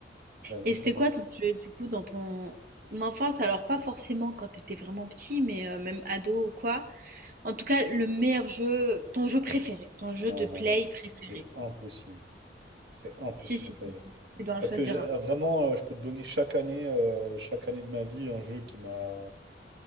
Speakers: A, on the right (about 70°); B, on the right (about 50°).
A: Vas-y,
B: Et c'était
A: t'en
B: quoi
A: as-
B: ton jeu, du coup, dans ton enfance? Alors, pas forcément quand t'étais vraiment petit, mais euh, même ado ou quoi. En tout cas, le meilleur jeu, ton jeu préféré, ton jeu
A: Non,
B: de play
A: non, non.
B: préféré.
A: C'est impossible. C'est impossible
B: Si, si,
A: de choisir.
B: si, si, si, tu dois en
A: Parce
B: choisir
A: que j'ai- euh,
B: un.
A: vraiment, euh, je peux te donner chaque année, euh, chaque année de ma vie, un jeu qui m'a.